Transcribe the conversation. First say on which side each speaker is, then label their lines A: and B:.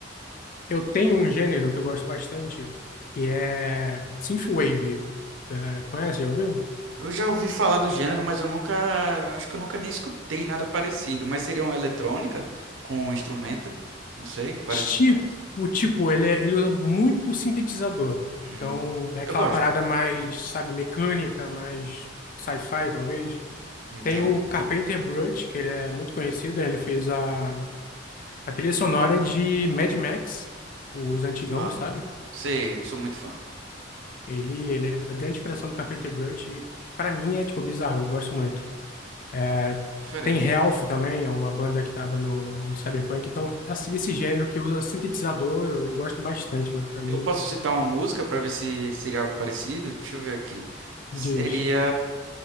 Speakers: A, on the left; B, on the right.
A: Eu tenho um gênero que eu gosto bastante, que é synthwave. Já conhece, já ouviu?
B: Eu já ouvi falar do gênero, mas eu nunca. Acho que eu nunca nem escutei nada parecido. Mas seria uma eletrônica com um instrumento, não sei, vários
A: Tipo,
B: instrumentos.
A: tipo, ele, é- ele usa muito sintetizador. Então,
B: Hum,
A: é aquela
B: eu gosto.
A: parada mais, sabe, mecânica, mais sci-fi, talvez.
B: Entendo.
A: Tem o Carpenter Brut, que ele é muito conhecido, né? Ele fez a, a trilha sonora de Mad Max, os antigão,
B: Uau.
A: sabe?
B: Sei, eu sou muito fã.
A: Ele, ele é a grande inspiração do Carpenter Brut e, pra mim, é, tipo, bizarro. Eu gosto muito. É,
B: Diferente.
A: Tem Health também, é uma banda que estava no, no Cyberpunk. Então, assim, esse gênero que usa sintetizador, eu gosto bastante, né, pra mim,
B: Eu posso citar uma música para ver se seria algo parecido? Deixa eu ver aqui. Seria
A: diz.